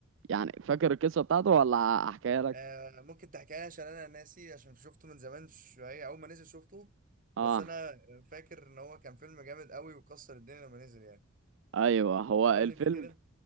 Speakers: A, on the right; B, on the right.
A: يعني فاكر القصه بتاعته ولا احكيها لك
B: آه ممكن تحكي لي عشان انا ناسي عشان شفته من زمان شويه اول ما نزل شفته
A: اه
B: بس انا فاكر ان هو كان فيلم جامد قوي وكسر الدنيا لما نزل يعني
A: ايوه هو
B: فكرني
A: الفيلم
B: بيه كده